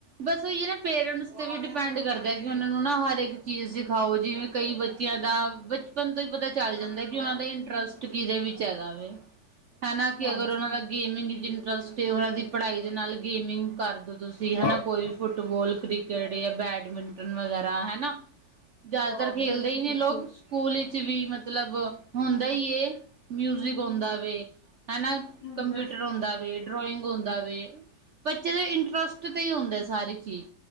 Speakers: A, on the right; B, on the left.
A: ਬਸ ਓਈ ਏ ਨਾ ਪੇਰੈਂਟਸ ਤੇ ਵੀ ਡਿਪੈਂਡ ਕਰਦਾ ਕਿ ਓਨਾ ਨੂੰ ਨਾ ਹਰ ਏਕ ਚੀਜ਼ ਸਿਖਾਓ ਜੀ ਜਿਵੇਂ ਕਈ ਬੱਚ ਚਿਆਂ ਦਾ ਬਚਪਨ ਤੋਂ ਈ ਪਤਾ ਚੱਲ ਜਾਂਦਾ ਕਿ ਓਨਾਂ ਦਾ ਇੰਟਰਸਟ ਕੀਦੇ ਵਿੱਚ ਹੈਗਾ ਵੇ?
B: <inaudible>
A: ਹੈਨਾ ਕਿ
B: ਹਾਂਜੀ,
A: ਅਗਰ ਓਨਾਂ
B: ਹਾਂਜੀ,
A: ਦਾ ਗੇਮਿੰਗ ਚ ਇੰਟਰਸਟ ਏ ਓਨਾਂ ਦੀ ਪੜ੍ਹਾਈ ਦੇ ਨਾਲ ਗੇਮਿੰਗ ਕਰਦੋ। ਤੁਸੀਂ ਹਨਾ
B: ਹਾਂ,
A: ਕੋਈ ਵੀ ਫੁੱਟਬੋਲ, ਕ੍ਰਿਕਟ ਜਾਂ ਬੈਡਮਿੰਟਨ ਵਗੈਰਾ ਹੈਨ ਨਾ, ਜ਼ਿਆਦਾਤਰ
B: ਹਾਂ
A: ਖੇਲਦੇ
B: ਬਿਲਕੁਲ-ਬਿਲਕੁਲ।
A: ਈ ਨੇ ਲੋਕ ਸਕੂਲ ਵਿੱਚ ਵੀ ਮਤਲਬ ਹੁੰਦਾ ਇਏ ਮਿਊਜਿਕ ਹੁੰਦਾ ਵੇ ਹਨਾ,
B: ਨਹੀਂ-ਨਹੀਂ
A: ਕੰਪਿਊਟਰ ਉਂਦਾ ਵੇ ਡਰੋਇੰਗ ਹੁੰਦਾ ਵੇ। ਚਲੋ ਇੰਟਰਸਟ ਤੇ ਹੀ ਹੁੰਦੇ ਸਾਰੀ ਚੀਜ਼